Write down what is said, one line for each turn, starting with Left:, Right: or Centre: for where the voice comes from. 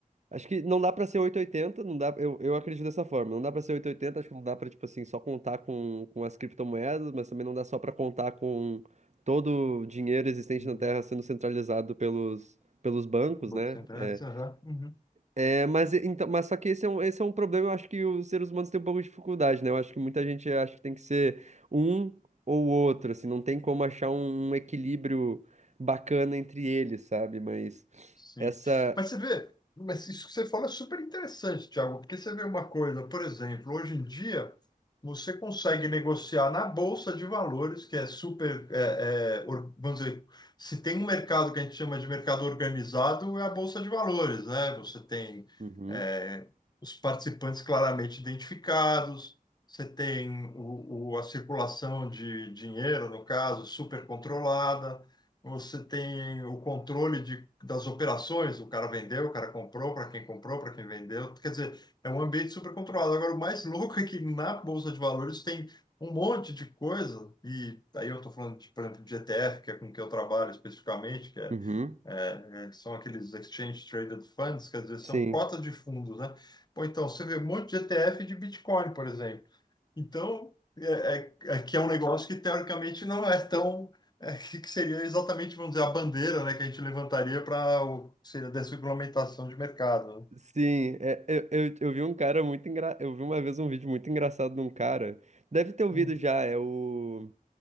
Right: Acho que não dá pra ser oitocentos e oitenta não dá. Eu, eu acredito dessa forma. Não dá pra ser oitocentos e oitenta acho que não dá pra, tipo assim, só contar com, com as criptomoedas, mas também não dá só pra contar com todo o dinheiro existente
Left: Uhum.
Right: na Terra sendo centralizado pelos, pelos bancos,
Left: Boca
Right: né?
Left: sem internet,
Right: É,
Left: Uhum.
Right: É, mas, então, mas só que esse é um, esse é um problema, eu acho que os seres humanos têm um pouco de dificuldade, né? Eu acho que muita gente acha que tem que ser um ou outro, assim, não tem como achar um, um equilíbrio bacana entre eles, sabe? Mas
Left: Sim.
Right: essa.
Left: Mas você vê, mas isso que você fala é super interessante, Thiago, porque você vê uma coisa, por exemplo, hoje em dia você consegue negociar na Bolsa de Valores, que é super, é, é, or- vamos dizer, se tem um mercado que a gente chama de mercado organizado, é a Bolsa de Valores, né? Você tem,
Right: Uhum,
Left: é, os participantes claramente identificados, você tem o, o- a circulação de dinheiro, no caso, super controlada. Você tem o controle de, das operações, o cara vendeu, o cara comprou, para quem comprou, para quem vendeu. Quer dizer, é um ambiente super controlado. Agora, o mais louco é que na Bolsa de Valores tem um monte de coisa, e aí eu estou falando, de, por exemplo, de ETF, que é com que eu trabalho especificamente, que é,
Right: uhum,
Left: é, é, são aqueles Exchange Traded Funds, quer dizer,
Right: sim.
Left: são cotas de fundos, né? Pô, então, você vê um monte de ETF de Bitcoin, por exemplo. Então, é, é, é que é um negócio que teoricamente não é tão. é, que que seria exatamente, vamos dizer, a bandeira, né, que a gente levantaria para o que seria a desregulamentação de mercado.
Right: Sim, é, eu, eu, eu vi um cara muito engra... Eu vi uma vez um vídeo muito engraçado de um cara. Deve ter ouvido
Left: né? Hum.
Right: já, é o